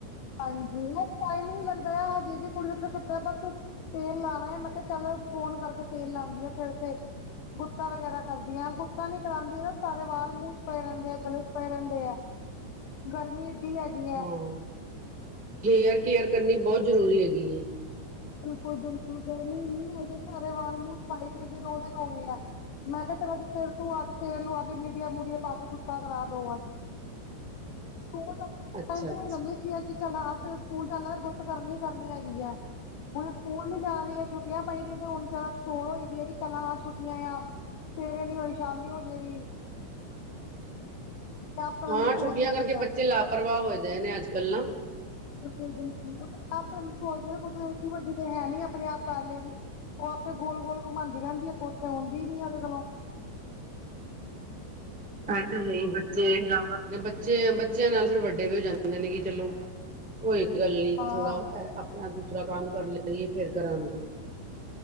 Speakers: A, on the left (about 70°); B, in the centre.
A: ਹਾਂਜੀ, ਉਹ ਟਾਈਮ ਨੀ ਲੱਗਦਾ ਹਜੇ ਵੀ ਕੁੜੀ ਬਸ ਤੇਲ ਲਾਵਾਂ ਮੈਂ ਕਿਹਾ ਚੱਲ ਫੋਨ ਕਰਕੇ ਤੇਲ ਲਾਉਂਦੀ ਆ ਸਿਰ ਤੇ। ਗੁੱਤਾ ਵਗੈਰਾ ਕਰਦੀਆਂ ਗੁੱਤਾ ਨੀ ਕਰਾਉਦੀਆਂ ਨਾ ਸਾਰੇ ਵਾਲ ਮੂੰਹ ਚ ਪਏ ਰਹਿੰਦੇ ਆ ਗਲ਼ੇ ਚ ਪਏ ਰਹਿੰਦੇ ਹੈ। ਗਰਮੀ। ਏਡੀ ਹੈਗੀ
B: ਹਾਂ ਹੇਅਰ ਕੇਅਰ ਕਰਨੀ ਬਹੁਤ ਜ਼ਰੂਰੀ ਹੈਗੀ ਹੈ।
A: ਬਿਲਕੁਲ ਬਿਲਕੁਲ ਗਰਮੀ ਨੀ ਹੈ ਸਾਰੇ ਵਾਲ ਮੂੰਹ ਚ ਪਾਈ ਫਿਰਦੇ ਦੋ ਦਿਨ ਹੋ ਗਏ ਆ। ਮੈਂ ਕਿਹਾ ਚਲੱ ਅੱਜ ਸਿਰ ਤੂੰ ਆ ਤੇਲ ਲੂਆ ਕੇ ਮੀਡੀਆ ਮੁਡੀਆਂ ਪਾ ਕੇ ਗੁੱਤਾ ਕਰਾ ਦੋ ਅੱਜ। ਸਕੂਲ।
B: ਅੱਛਾ
A: ਟੈਂਥ
B: ਅੱਛਾ
A: ਨੂੰ ਲਾਜ਼ਮੀ ਸੀ ਕਿ ਚੱਲ ਹਾਂ ਸਕੂਲ ਚ ਗੁੱਤ ਕਰਨੀ ਕਰਨੀ ਹੈਗੀ ਹੈ। ਹੁਣ ਸਕੂਲ ਵੀ ਜਾ ਰਹੀ ਹੈ ਛੁੱਟੀਆਂ ਪਈਦੀਆਂ ਤੇ ਹੁਣ ਜਰਾ ਛੋਟ ਹੋਈ ਦੀ ਹੈ ਕਿ ਚੱਲਾਂ ਛੁੱਟੀਆਂ ਆ। ਸਵੇਰੇ ਨੀ ਹੋਈ ਸ਼ਾਮੀ ਹੋਜੇਗੀ। ਆਪ ਕਰਨ
B: ਹਾਂ,
A: ਦੀ
B: ਛੁੱਟੀਆਂ
A: ਸੋਚਦੀ
B: ਕਰਕੇ
A: ਆ।
B: ਬੱਚੇ ਲਾਪਰਵਾਹ ਹੋਏ ਦੇ ਨੇ ਅੱਜ ਕੱਲ੍ਹ ਨਾ।
A: ਬਿਲਕੁਲ ਬਿਲਕੁਲ ਆਪਣੇ ਆਪ ਸੋਚਦੇ ਨੀ ਏਡੀ ਵੱਡੀ ਤੇ ਹੈ ਨੀਆਪਣੇ ਆਪ ਕਰ ਲਏਗੀ। ਉਹ ਆਪੇ ਗੋਲ ਗੋਲ ਘੁੰਮਾਂਦੀ ਰਹਿੰਦੀ ਹੈ ਗੁਤ ਤੇ ਹੁੰਦੀ ਹੀ ਨੀ ਉਹਦੇ ਕੋਲੋਂ।
B: ਪ ਹੀ <inaudible> ਬੱਚੇ ਲਾਭ ਨੇ ਬੱਚੇ ਬੱਚਿਆਂ ਨਾਲ ਫਿਰ ਵੱਡੇ ਵੀ ਹੋ ਜਾਂਦੇ ਨੇ ਕਿ ਚਲੋ। ਕੋਈ ਗੱਲ ਨੀ
A: ਹਾਂ।
B: ਥੋੜਾ ਆਪਣਾ ਦੂਸਰਾ ਕੰਮ ਕਰ ਲੈ ਲਈਏ ਫੇਰ ਕਰਾਂਗੇ।